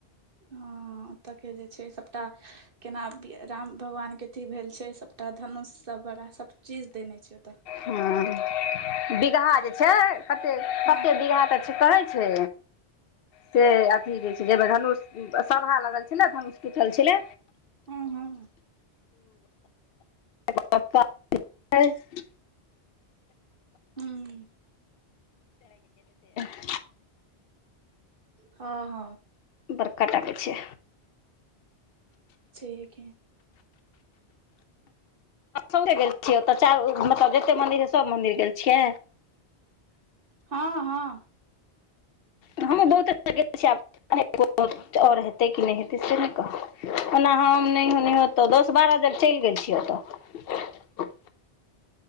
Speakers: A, on the right; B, on the left.
A: हँ ओतऽ के जे छै से सबटा केना राम भगवान के अथी भेल छै सबटा धनुष सँ बड़ा सभ चीज देने छै ओतऽ।
B: हॅं बीगहा जे छै कते -
A: हँ
B: कते बीगहा तऽ से कहै छै से अखनी जे छै जइमे धनुष सभा लागल छलै त हम पुछल छलै।
A: हँ हँ
B: <inaudible>
A: हूँ
B: त <inaudible>
A: ह ह।
B: बड़का टा के छै।
A: छइहे की।
B: ओम्हरे गेल छियै? ओतय चारु मतलब जते मंदिर रहै सब मंदिर गेल छियै।
A: हॅं हॅं।
B: हमहूँ बहुते जग गेल छीयै आब। ओर हेतै की नै हेतै से नै कहब ओना हम नै। ओनेहियो तऽ दस बारह जग च‌इल गेल छियै ओतऽ।